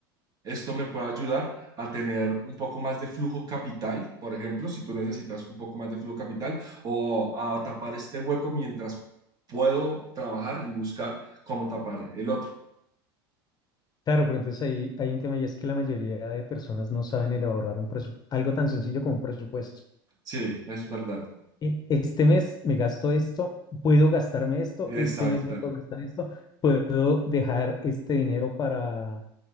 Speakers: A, on the right; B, on the left.
A: esto me puede ayudar a tener un poco más de flujo capital, por ejemplo, si tú necesitas un poco más de flujo capital, o a tapar este hueco mientras puedo trabajar y buscar cómo tapar el otro.
B: Claro, pero entonces ahí hay un tema y es que la mayoría de personas no saben elaborar un presu- algo tan sencillo como un presupuesto.
A: Sí, es verdad.
B: e- Este mes me gasto esto, puedo gastarme esto,
A: Exacto,
B: este mes me puedo gastar esto, puedo dejar este dinero para,